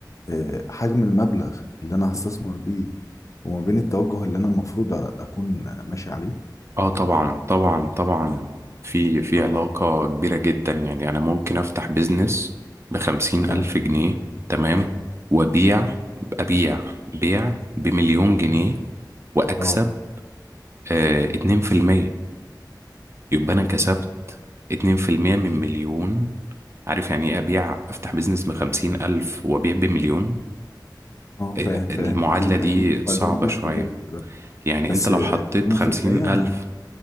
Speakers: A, on the left (about 45°); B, on the right (about 35°).
A: آه، حجم المبلغ اللي انا هستثمر بيه وما بين التوجه اللي انا المفروض اكون ماشي عليه
B: اه طبعا طبعا طبعا في في
A: اه
B: علاقة كبيرة جدا يعني أنا ممكن أفتح بيزنس بخمسين ألف
A: تمام
B: جنيه تمام وأبيع أبيع بيع بمليون جنيه وأكسب
A: اه
B: آه اتنين في المية يبقى أنا كسبت
A: اه
B: اتنين في المية من مليون عارف يعني إيه أبيع أفتح بيزنس بخمسين ألف وأبيع بمليون
A: اه فاهم
B: آه،
A: فاهم
B: المعادلة
A: اكيد
B: دي
A: اكيد ما
B: صعبة
A: ده مبلغ
B: شوية
A: كبير خلي بالك
B: يعني
A: بس
B: أنت لو
A: 2%
B: حطيت خمسين ألف